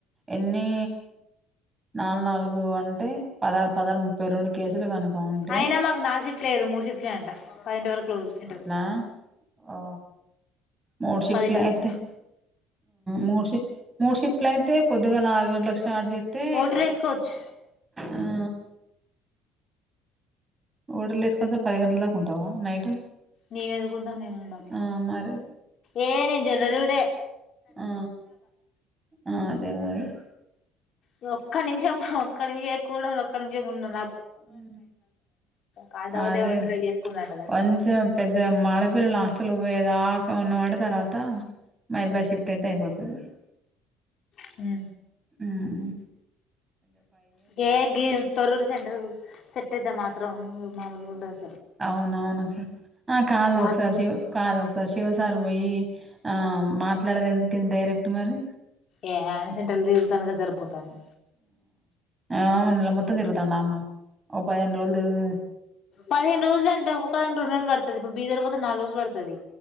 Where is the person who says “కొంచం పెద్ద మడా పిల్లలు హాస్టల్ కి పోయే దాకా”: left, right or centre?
Right